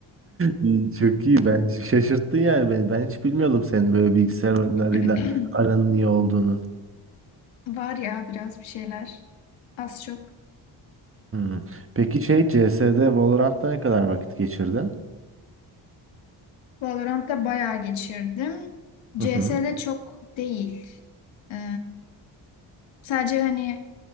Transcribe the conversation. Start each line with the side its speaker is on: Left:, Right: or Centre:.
Right: İyi, Çok iyi. Ben şaşırttın yani beni. Ben hiç bilmiyordum senin böyle bilgisayar oyunlarıyla
Left: <clears throat>
Right: aranın iyi olduğunu.
Left: Var ya biraz bir şeyler. Az çok.
Right: Hı. Peki şey CS'de Valorant'ta ne kadar vakit geçirdin?
Left: Valorant'ta bayağı geçirdim. C
Right: Hı hı.
Left: CS'de çok değil. Ee, Sadece hani